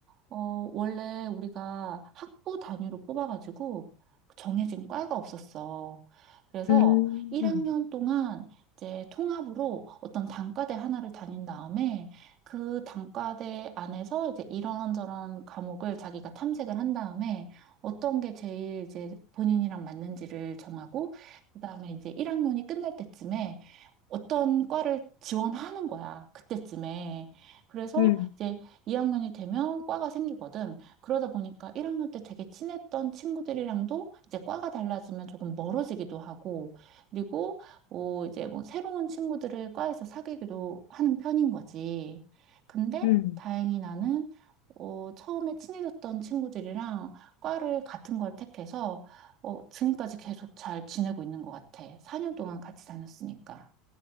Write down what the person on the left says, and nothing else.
음,
음...
음...